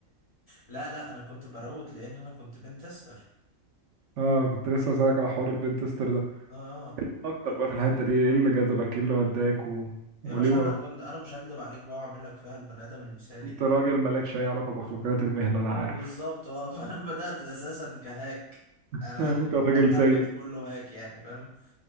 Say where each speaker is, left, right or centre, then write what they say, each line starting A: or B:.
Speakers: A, on the left (about 35°); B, on the right (about 70°).
A: لا لا انا كنت بروت لان انا كنت بنتستر
B: أه كنت لسه
A: فكنت
B: بسألك على حوار البنتستر ده
A: اه آه.
B: أكتر بقى في الحتة دي إيه اللي جذبك إيه اللي وداك و... وليه
A: يا باشا انا كنت انا مش هكدب عليك بقى واعمل لك فيها البني ادم المثالي
B: انت راجل مالكش اي علاقة بأخلاقيات المهنة انا عارف
A: بالظبط اه <laughs> فانا بدات اساسا كهاك
B: <laughs>
A: انا
B: انت
A: كان
B: راجل
A: التارجت
B: سيء
A: كله هاك يعني فاهم